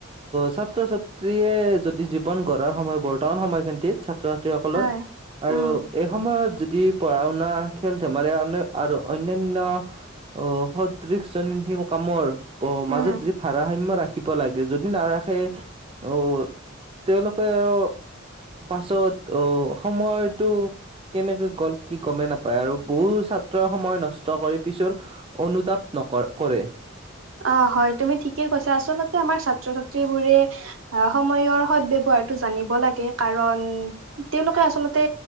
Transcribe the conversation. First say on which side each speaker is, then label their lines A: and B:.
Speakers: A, on the right; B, on the right.
A: ছাত্ৰ-ছাত্ৰী ছাত্ৰীয়ে যদি জীৱন গঢ়াৰ সময় বৰ্তমান সময় খিনিত ছা ছাত্ৰ-ছাত্ৰীসকলৰ
B: হয়
A: আৰু
B: উম
A: এই সমুহ যদি পঢ়া শুনা, খেল ধেমালি অন্য আৰু অন্যান্য সদৃশ শ্ৰেণীৰ কামৰ অ'
B: উম
A: মাজত যদি ভাৰাসাম্য ৰাখিব লাগে যদি নাৰাখে অ' তেওঁলোকে আৰু পাছত ত' সময়ত টো কেনেকৈ গ'ল কি গমে নাপা পায় আৰু বহু ছাত্ৰই সময় নষ্ট কৰি পিছৰ অনুতাপ নক কৰে।
B: অ' হয় তুমি ঠিক কৈছা। আচলতে আমাৰ ছাত্ৰ ছাত্ৰীবোৰে সময়ৰ সদ ব্যৱহাৰটো জানিব লাগে কাৰণ তেওঁলোকে আচলতে